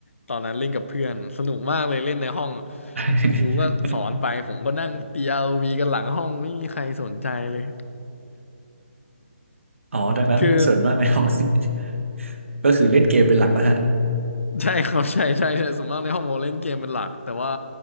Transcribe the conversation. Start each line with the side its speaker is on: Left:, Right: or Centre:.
Left: ตอนนั้นเล่นกับเพื่อนสนุกมากเลยเล่นในห้อง
Right: <laughs>
Left: ครูก็สอนไปผมก็นั่งตี ROV กันหลังห้องไม่มีใครสนใจเลย
Right: อ๋อดังนั้นส่วนมากในห้อง
Left: คือ
Right: <laughs> ก็คือเล่นเกมเป็นหลักนะฮะ
Left: ใช่ <laughs> ครับใช่ใช่ใช่ส่วนมากในห้องมอเล่นเกมเป็นหลักแต่ว่า